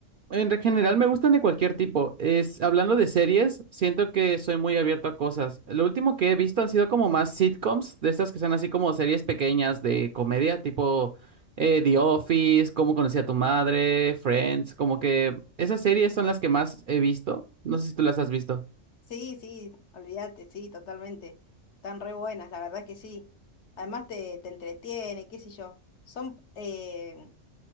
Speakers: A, on the right (about 60°); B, on the left (about 65°).
A: en re- general, me gustan de cualquier tipo. Es, hablando de series, siento que soy muy abierto a cosas. Lo último que he visto han sido como más sitcoms, de estas que son así como series pequeñas de comedia, tipo eh, The Office, Cómo conocí a tu madre, Friends, como que esas series son las que más he visto. No sé si tú las has visto.
B: Sí, sí, olvídate, sí, totalmente. Están re buenas, la verdad que sí. Además te, te entretiene, qué sé yo. Son eh,